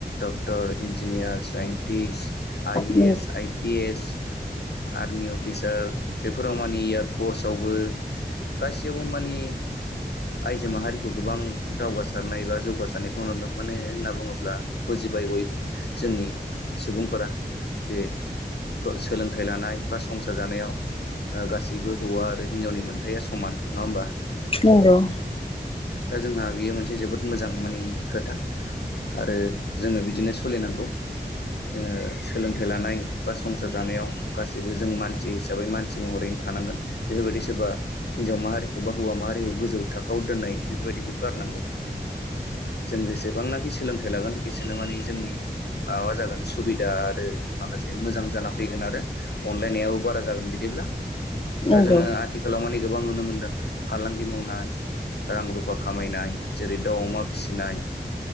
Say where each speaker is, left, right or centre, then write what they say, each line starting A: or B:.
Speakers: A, on the left (about 75°); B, on the left (about 30°).
A: Doctor, engineer, scientist, I
B: नंगौ
A: A S, I P S army officer बेफोराव माने एयार फर्सवबो गासिआवबो माने आइजो माहारिखौ गोबां दावगासारनाय एबा जौगासारनायखौ नुुदों माननो होनना बुङोब्ला बुजिबाय बयबो जोंनि सुबुंफोरा जे सोलोंथाइ लानाय बा संसार जानायाव ओ गासैबो हौवा आरो हिन्जावनि मोनथाया समान। नङा होमबा?
B: नंगौ
A: दा जोंहा बेयो मोनसे जोबोद मोजां माने खोथा आरो जोङो बिदिनो सोलिनांगौ। जोङो सोलोंथाइ लानाय बा संसार जानायाव गासैबो जों मानसि हिसाबै मानसि महरैनो थानांगोन बेफोरबायदि सोरबा हिनजाव माहारिखौ बा हौवा माहारिखौ गोजौ थाखोआव दोननाय बेफोरबायदिखौ गारनांगौ। जों जेसेबांनाखि सोलोंथाइ लागोन एसेनो माने जोंनि माबा जागोन सुबिदा आरो माखासे मोजां जाना फैगोन आरो अनलायनायाबो बारा जागोन बिदिब्ला।
B: नंगौ
A: दा जोङो
B: नंगौ
A: आथिखालाव माने गोबां नुनो मोनदों फालांगि मावनाय रां-रुफा खामायनाय जेरै दाउ-अमा फिसिनाय